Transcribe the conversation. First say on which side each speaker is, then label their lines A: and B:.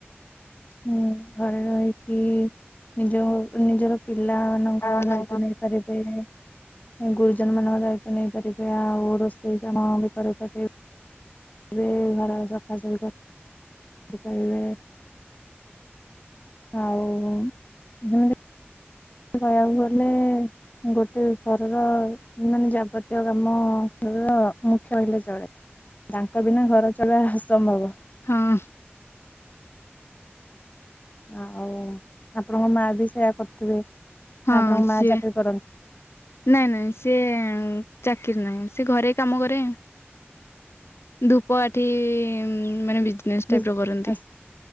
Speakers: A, on the left; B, on the left.
A: ମୁଁ ଘରେ ରହିକି ନିଜ ନିଜର ପିଲା ଛୁଆଙ୍କ
B: ଓହୋ
A: ଦାୟିତ୍ଵ ନେଇପାରିବେ। ଗୁରୁଜନ ମାନଙ୍କ ଦାୟିତ୍ୱ ନେଇପାରିବେ ଆଉ ରୋଷେଇ କାମ ବି କରିପାରିବେ। ବେ ଘର ସଫାସଫି କରିପାରିବେ। ଆଉ ଯେମିତି କହିବାକୁ ଗଲେ ଗୋଟେ ଘରର ମାନେ ଯାବତୀୟ କାମ ଘରର କହିଲେ ଚଳେ ତାଙ୍କ ବିନା ଘର ଚଳିବା ଅସମ୍ଭବ।
B: ହଁ।
A: ଆ-ଆଉ ଆପଣଙ୍କ ମା ବି ସେୟା କରୁଥିବେ।
B: ହଁ,
A: ଆପଣଙ୍କ ମା
B: ସିଏ।
A: ଚାକିରି କରନ୍ତି
B: ନାଇଁ ନାଇଁ ସିଏ ଚାକିରି ନାହିଁ ସି ଘରେ କାମ କରିବେ। ଧୂପ କାଠି ମାନେ ବିଜନେସ୍ ଟାଇପ୍
A: ବି
B: ର କରନ୍ତି।